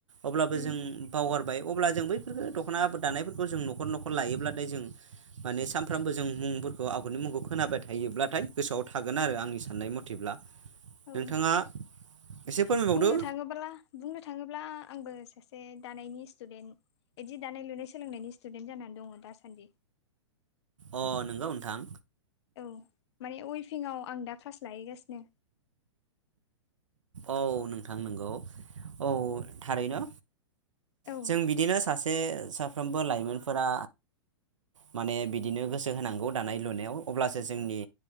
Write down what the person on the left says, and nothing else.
उम
औ
बुंनो थाङोब्ला बुंनो थाङोब्ला आंबो सासे दानायनि स्टुदेन्ट इदि दानाय लुनाय सोलोंनायनि स्टुदेन्ट जानानै दङ दासान्दि।
औ माने उइफिंआव आं दा क्लास लहैगासिनो।
औ